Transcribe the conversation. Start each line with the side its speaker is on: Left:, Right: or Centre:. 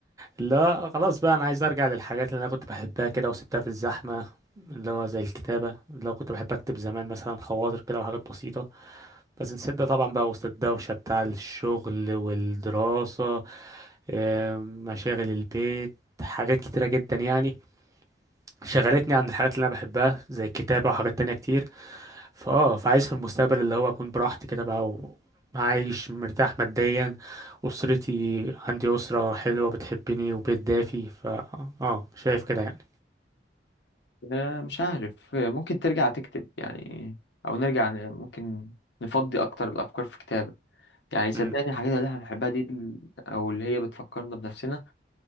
Right: اللي هو خلاص بقى انا عايز ارجع للحاجات اللي انا كنت بحبها كده وسبتها في الزحمة اللي هو زي الكتابة اللي هو كنت بحب اكتب زمان مثلا خواطر كده وحاجات بسيطة بس نسيت ده طبعا بقى وسط الدوشة بتاع الشغل والدراسة آه، مشاغل البيت حاجات كتيرة جدا يعني شغلتني عن الحاجات اللي انا بحبها زي الكتابة وحاجات تانية كتير فاه فعايز في المستقبل اللي هو اكون براحتي كده بقى وعايش مرتاح ماديا اسرتي عندي اسرة حلوة بتحبني وبيت دافي ف اه شايف كده يعني
Left: آه، مش عارف آه، ممكن ترجع تكتب يعني او نرجع ن- ممكن نفضي اكتر الافكار في كتابة يعني صدقني
Right: مم،
Left: الحاجات اللي احنا بنحبها دي ال- او اللي هي بتفكرنا بنفسنا